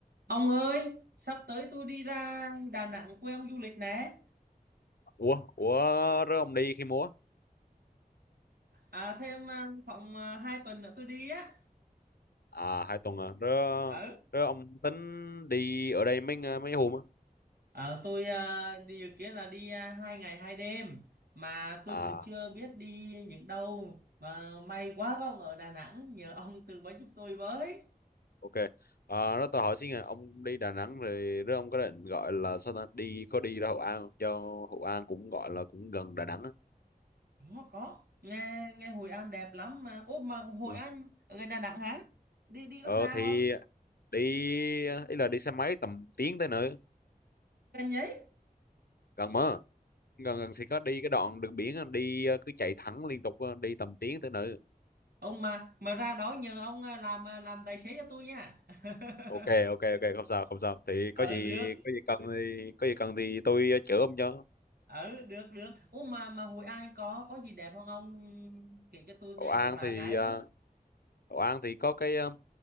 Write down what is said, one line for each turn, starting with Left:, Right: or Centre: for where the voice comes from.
Right: Ông ơi, sắp tới tôi đi ra Đà Nẵng quê ông du lịch nè.
Left: Ủa, ủa, rớ ông đi khi múa?
Right: À, thêm à, khoảng à, hai tuần nữa tôi đi á.
Left: À, hai tuần à. Rớ,
Right: Ừ.
Left: rớ ông tính đi ở đây mấy ng- mấy hôm á?
Right: Ờ, tôi à, đi dự kiến là đi à, hai ngày hai đêm mà tôi
Left: À,
Right: cũng chưa biết đi những đâu mà may quá có ông ở Đà Nẵng nhờ ông tư vấn giúp tôi với.
Left: ok. À, rớ tao hỏi xin à, ông đi Đà Nẵng rồi rớ ông có định gọi là sao ta? Đi, có đi ra Hội An không? Cho Hội An cũng gọi là cũng gần Đà Nẵng á.
Right: Có có, nghe nghe Hội An đẹp lắm mà. Ủa mà Hội
Left: Ừ.
Right: An ở gần Đà Nẵng hả? Đi đi
Left: Ờ,
Right: có xa
Left: thì
Right: không?
Left: đi, ý là đi xe máy tầm tiếng tới nữa.
Right: Gần giấy.
Left: Gần mà. Gần gần thì có đi cái đoạn đường biển á, đi ờ, cứ chạy thẳng liên tục á, đi tầm tiếng tới nữa.
Right: Ông mà mà ra đó nhờ ông à, làm à, làm tài xế cho tôi nha. <laughs>
Left: ok ok ok không sao không sao thì có
Right: ở
Left: gì
Right: được
Left: có gì cần thì có gì cần thì tôi ờ, chữa ông cho
Right: ở được được ủa mà mà Hội An có có gì đẹp không ông kể cho tôi
Left: Hậu
Right: nghe
Left: An
Right: một vài
Left: thì
Right: cái
Left: ờ,
Right: với
Left: Hậu An thì có cái ờ,